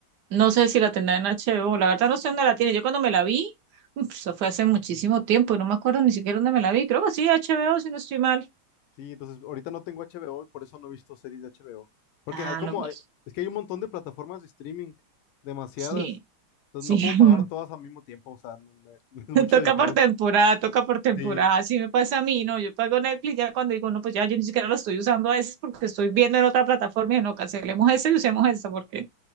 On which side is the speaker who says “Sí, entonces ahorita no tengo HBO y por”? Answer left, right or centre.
Left